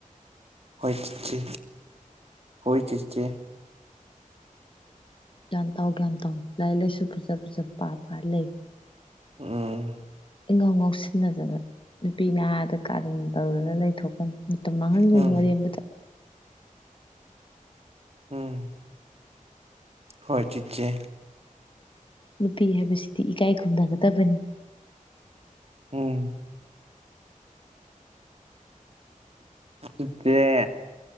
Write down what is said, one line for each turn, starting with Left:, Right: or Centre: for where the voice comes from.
Right: ꯍꯣꯏ ꯆꯠꯁꯤ ꯍꯣꯏ ꯆꯠꯁꯤꯦ
Left: ꯒ꯭ꯌꯥꯟ ꯇꯥ ꯒ꯭ꯌꯥꯟ ꯇꯥ ꯂꯥꯏꯔꯤꯛ ꯂꯥꯏꯁꯨ ꯐꯖ ꯐꯖ ꯄꯥ ꯄꯥ ꯂꯩ
Right: ꯎꯝ
Left: ꯉꯥꯎ ꯉꯥꯎ ꯁꯤꯟꯅꯅꯖꯒꯅ ꯅꯨꯄꯤ ꯅꯍꯥꯗ ꯀꯥꯗ ꯇꯧꯔꯅ ꯂꯩꯊꯣꯛꯀꯅꯤ ꯃꯇꯝ ꯃꯥꯡꯍꯟꯒꯅ
Right: ꯎꯝ
Left: ꯋꯥꯔꯤꯔꯕꯗ
Right: ꯎꯝ ꯍꯣꯏ ꯆꯠ ꯆꯦ
Left: ꯅꯨꯄꯤ ꯍꯥꯏꯕꯁꯤꯗꯤ ꯏꯀꯥꯏ ꯈꯨꯝꯅꯒꯗꯕꯅꯤ
Right: ꯎꯝ ꯁꯤꯠꯇꯦ